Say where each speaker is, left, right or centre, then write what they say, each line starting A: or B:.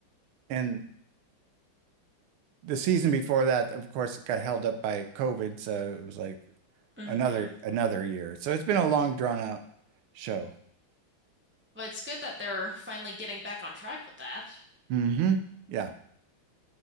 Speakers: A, on the right (about 80°); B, on the right (about 20°).
A: And the season before that, of course, it got held up by COVID, so it was like
B: Mm-hmm.
A: another another year. So it's been a long drawn out show.
B: But it's good that they're finally getting back on track with that.
A: hmm Yeah.